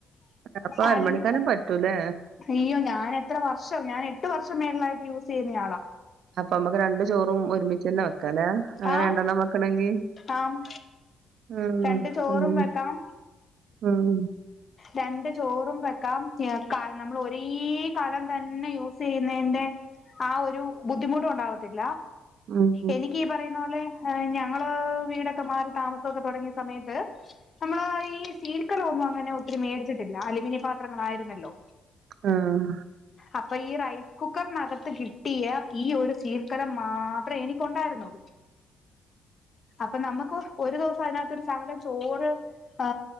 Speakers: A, on the right; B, on the left.
A: അപ്പൊ അരമണിക്കാര
B: അലും
A: പറ്റൂലേ.
B: അയ്യോ ഞാൻ എത്ര വർഷം ഞാൻ എട്ട് വർഷം മേളയിട്ട് യൂസ് ചെയ്യുന്നയാളാ
A: അപ്പൊ നമ്മക്ക് രണ്ട ചോറും ഒരുമി തന്നെ വെക്കലേ അങ്ങനെ
B: ആഹ്
A: രണ്ടെണ്ണം വെക്കണെങ്കി
B: ആഹ്
A: ആഹ്
B: രണ്ട്
A: ആഹ്
B: ചോറും വെക്കാം
A: ആഹ്
B: രണ്ട് ചോറും വെക്കാം നമ്മൾ ഒരേ കലം തന്നെ യൂസ് ചെയ്യുന്നന്റെ. ആ ഒരു ബുദ്ധിമുട്ട് ഉണ്ടാവത്തില്ല
A: ഉം.
B: എനി പറയുന്ന പോലെ ഞങ്ങള് വീടൊക്കെ മാറി താമസമൊക്കെ തുടങ്ങിയ സമയത്ത്. നമ്മള് ഈ സീൽക്കളമ ഒന്നും അങ്ങനെ ഒത്തിരി മേടിച്ചിട്ടില്ല അലൂമിനിയം പാത്രങ്ങളായിരുന്നല്ലോ
A: ആഹ്
B: അപ്പൊ ഈ റൈസ് കുക്കറിനകത്ത് കിട്ടിയ ഈ ഒരു സീൽക്കരം മാത്രമേ എനിക്കുണ്ടായിരുന്നുള്ളൂ. അപ്പൊ നമുക്ക് ഒരു ദിവസം അതിനകത്തരു സകലം ചോറ് ആ